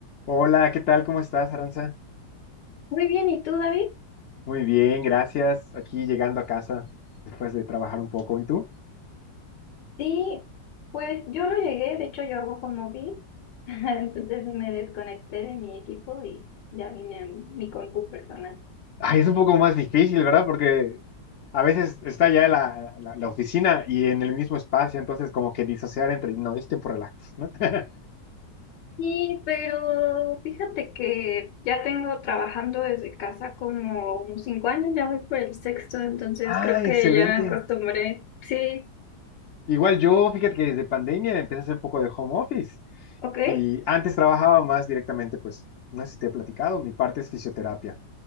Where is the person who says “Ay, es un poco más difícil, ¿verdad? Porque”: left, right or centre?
Left